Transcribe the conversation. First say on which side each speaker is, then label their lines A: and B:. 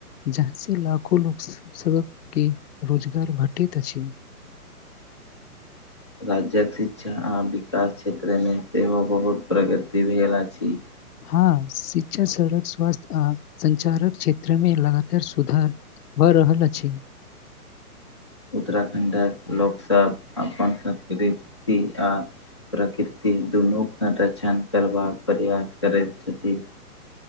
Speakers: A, on the left; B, on the left.
A: जहाँ से लाखो लोक सभक के रोजगार भाटत छी
B: राज्यक शिक्षा आ विकास क्षेत्रमे सेहो बहुत प्रगति भेल अछि
A: हँ शिक्षा सड़क स्वास्थ्य आ संचारक क्षेत्रमे लगातार सुधार भऽ रहल अछि
B: उत्तराखण्डक लोकसभ अपन संस्कृति आ प्रकृति दुनूके संरक्षण करबाक प्रयास करैत छथि